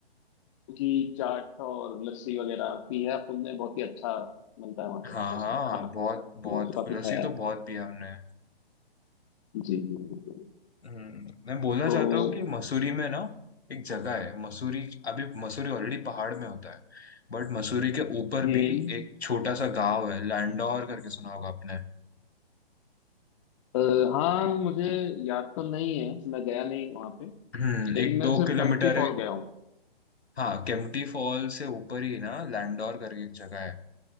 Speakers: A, on the left; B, on the left.
A: की चाट और लस्सी वगैरह पी है अब तुमने बहुत ही अच्छा मिलता है वहाँ पे
B: हाँ
A: वो
B: हाँ
A: सब खाना
B: बहुत बहुत
A: मैंने तो काफी
B: लस्सी
A: खाया
B: तो
A: है
B: बहुत पी हमने
A: जी जी बिल्कुल
B: हम्म, मैं बोलना
A: तो
B: चाहता हूँ कि मसूरी में ना एक जगह है मसूरी अभी मसूरी ऑलरेडी पहाड़ में होता है बट मसूरी के ऊपर
A: हम्म
B: भी एक छोटा सा गांव है लैंडौर करके सुना होगा आपने
A: अ, हाँ मुझे याद तो नहीं है मैं गया नहीं वहाँ पे
B: हम्म
A: लेकिन
B: एक
A: मैं
B: दो
A: सिर्फ
B: किलोमीटर
A: टेम्पटी फॉल गया हूँ
B: हाँ केम्प्टी फॉल से ऊपर ही ना लैंडौर करके एक जगह है